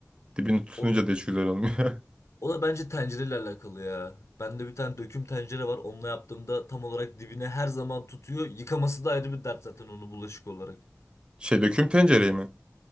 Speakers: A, on the right; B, on the left.
A: Dibini tutunca
B: O,
A: da hiç güzel olmuyor. <laughs>
B: o da bence tencereyle alakalı ya. Bende bir tane döküm tencere var. Onunla yaptığımda tam olarak dibine her zaman tutuyor. Yıkaması da ayrı bir dert zaten onu bulaşık olarak.
A: Şey döküm tencereyi mi?